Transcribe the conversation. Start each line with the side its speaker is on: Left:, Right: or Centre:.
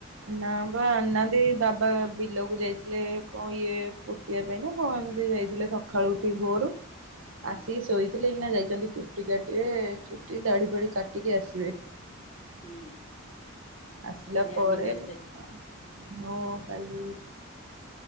Right: ନା ବା ଆନାହାନ୍ତି ବାବା ବିଲକୁ ଯାଇଥିଲେ କଣ ଇଏ ପୋତିିବା ପାଇଁ ନା କଣ ଏମିତି ଯାଇଥିଲେ ସକାଳୁ ଉଠିକି ଭୋରୁ
Left: ହଁ
Right: ଆସିକି ଶୋଇଥିଲେ ଏଇନା ଯାଇଚନ୍ତି ଚୁଟି କାଟିବେ ଚୁଟି ଦାଢି ଫାଢି କାଟିକି ଆସିବେ।
Left: ହୁଁ।
Right: ଆସିଲା
Left: କାଲି
Right: ପରେ
Left: ଆନିଭର୍ସରୀ
Right: ହଁ। କାଲି